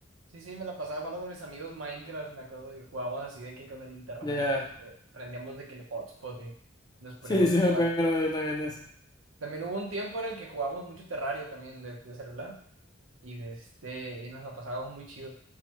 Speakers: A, on the right; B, on the left.
A: Sí, sí, me la pasaba jugando con mis amigos Minecraft, me acuerdo, y jugábamos así de que con el internet.
B: Ya.
A: eh, prendíamos de que el hotspot y nos poníamos
B: Sí, sí
A: a jugar.
B: me acuerdo yo también de
A: También hubo un tiempo en el que jugábamos mucho Terrario también de, de celular y, de este, y nos la pasábamos muy chido.